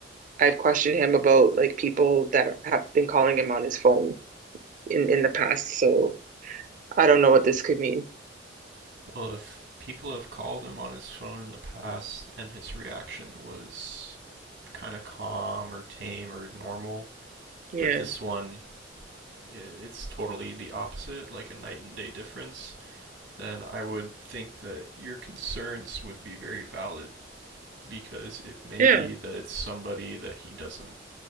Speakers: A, on the right; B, on the right.
A: I've questioned him about like people that have been calling him on his phone in in the past, so I don't know what this could mean.
B: Well, if people have called him on his phone in the past and his reaction was kind of calm or tame or normal,
A: Yeah.
B: but this one it's totally the opposite, like a night and day difference, then I would think that your concerns would be very valid because it may
A: Yeah.
B: be that it's somebody that he doesn't,